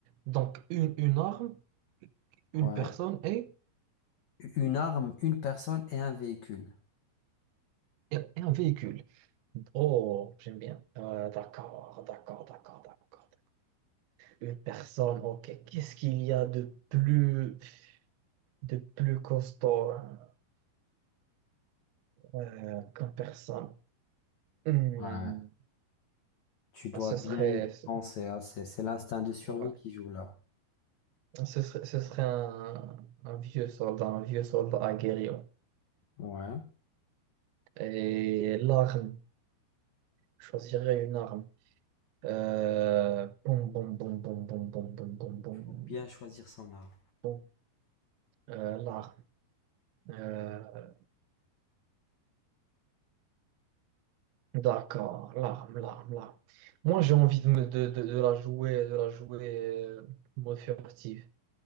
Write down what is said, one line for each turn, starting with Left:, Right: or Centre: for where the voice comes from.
Right: Donc, une, une arme, une
Left: Ouais.
Right: personne et,
Left: Une arme, une personne et un véhicule.
Right: et un véhicule. Oh, j'aime bien. Euh, d'accord, d'accord, d'accord, d'accord. Une personne, ok. Qu'est-ce qu'il y a de plus, de plus costaud hein, euh, qu'une personne? Hmm,
Left: Ouais. Tu dois
Right: ce
Left: bien
Right: serait,
Left: y
Right: ce,
Left: penser, hein. C'est, c'est l'instinct de survie
Right: ouais.
Left: qui joue là.
Right: Ce serait, ce serait un, un vieux soldat, un vieux soldat aguerri. ouais.
Left: Ouais.
Right: Et l'arme, je choisirais une arme. Euh, boum, boum, boum, boum, boum, boum, boum, boum, boum,
Left: Faut bien choisir son arme.
Right: boum. Euh, l'arme. Euh, D'accord, l'arme, l'arme, l'arme. Moi, j'ai envie de, me- de, de, de la jouer, de la jouer euh, mode furtif.